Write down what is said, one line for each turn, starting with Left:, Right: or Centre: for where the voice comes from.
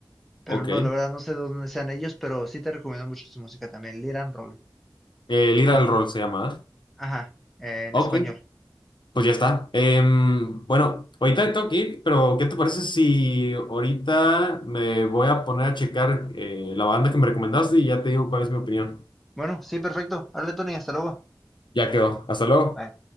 Centre: pero
Left: Ok.
Centre: no, la verdad no sé de dónde sean ellos, pero sí te recomiendo mucho su música también, Lead and Roll.
Left: Eh, Lira al Roll se llama, ¿verdad?
Centre: Ajá, eh, en
Left: Ok,
Centre: español.
Left: pues ya está. Em, bueno, ahorita tengo que ir, pero ¿qué te parece si ahorita me voy a poner a checar eh, la banda que me recomendaste y ya te digo cuál es mi opinión?
Centre: Bueno, sí, perfecto. Hable, Tony. Hasta luego.
Left: Ya quedó. Hasta luego.
Centre: Bye.